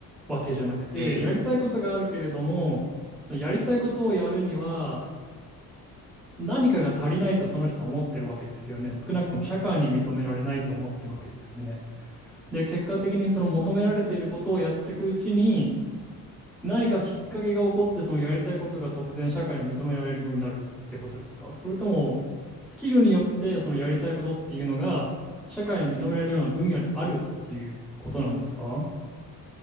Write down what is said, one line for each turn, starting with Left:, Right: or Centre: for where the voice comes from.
Centre: わけじゃなくて、
Right: い。
Centre: やりたいことがあるけれども、
Right: うん。
Centre: そのやりたいことをやるには、何かが足りないとその人は思ってるわけですよね。少なくとも社会に認められないと思ってるわけですよね。で、結果的にその求められていることをやっていくうちに、何かきっかけが起こって、そのやりたいことが突然社会に認められるようになるってことですかそれとも、スキルによってそのやりたいことっていうのが、社会に認められるような分野であるっていうことなんですかは